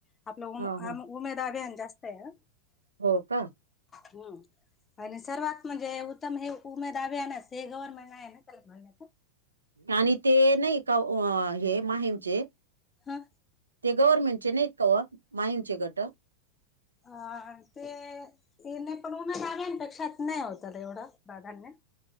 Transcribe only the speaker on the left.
आपलं उ
उमेद अभन जास्त आहे आ
हम आणि सर्वात म्हणजे उत्तम हे उमेद आभ आहे हे गव्हर्नमेंट आहे ना त्याला मान्यता
ह
अ ते येणे पण उन गाव्यांपेक्षा नाही होत र एवढं प्राधान्य